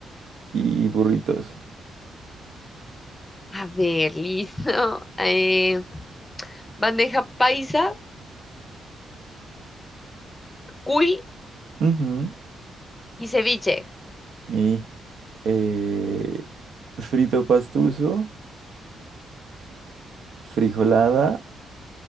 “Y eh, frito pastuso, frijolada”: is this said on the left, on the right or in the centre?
Right